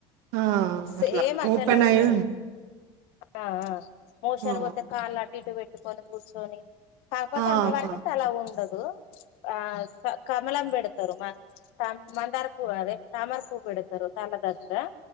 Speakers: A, on the right; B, on the left.
A: ఆ!
B: సేమ్
A: అట్లా
B: అట్లనే
A: ఓపెన్
B: ఉంటారు
A: అయ్యి ఉం
B: ఆ ఆ మోషన్
A: ఆ!
B: పోతే కాళ్ళు అటు ఇటు పెట్టుకొని కూర్చొని కాకపోతే
A: ఆహా!
B: అమ్మవారికి తల ఉండదు. ఆ కమలం పెడ తారు మందార్ పూ అదే తమార్ పూవు పెడతారు తల దగ్గర